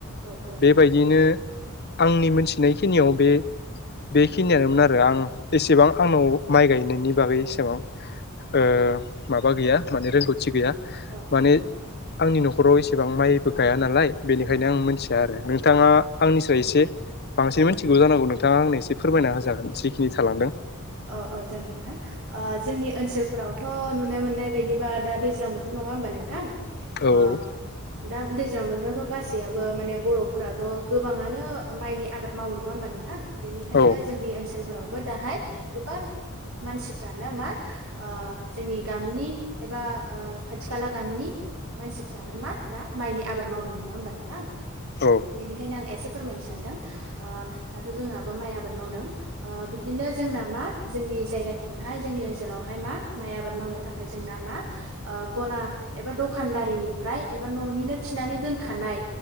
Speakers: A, on the right; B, on the left.
A: औ औ
B: बेबायदियैनो
A: नंगौ नोंथां
B: आंनि मोनथिनायखिनियाव बे बेखिनियानोमोन आरो आं एसेबां आंनाव माइ गायनायनि बागै एसेबां ओ माबा गैया माने रोंगौथि थि गैया
A: औ औ
B: माने आंनि नखराव एसेबां माइबो गाया नालाय बेनिखायनो
A: औ औ
B: आं मोथिया आरो नोंथाङा आंनिस्राय इसे बांसिन मिथिगौ जानांगौ नोंथाङा आंनो इसे फोरमायना होजागोन जिखिनि थालांदों
A: ओ ओ जागोन नोंथां ओ जोंनि ओनसोलफोरावथ नुनो मोननाय बायदिबा दा दैज्लां बोथोर नङा होमबा नोंथां
B: औ
A: अ दा दैज्लां बोथोरावथ गासैयाबो माने बरफोराथ गोबाङानो माइनि आबाद मावो नङा होमबा नोंथां बेनिखायनो
B: औ
A: जोंनि ओनसोलफोरावबो दाहाय गोबां मानसिफ्रानो मा ओ जोंनि गामिनि एबा खाथि खाला गामिनि मानसिफोरानो मा दा माइनि आबाद मावदों नङा होमबा नोंथां
B: औ
A: बेनिखायनो आं एसे फोरमायनो सानदों दाथ' जोंहाबो माइ आबाद मावदों बिदिनो जोंना मा जोंनि जायगाथिंहाय जोंनि ओनसोलावहाय मा माइ आबाद मावनो थाखाय जोंना मा गला एबा दखानदारिनिफ्राय एबा न'निनो थिनानै दोनखानाय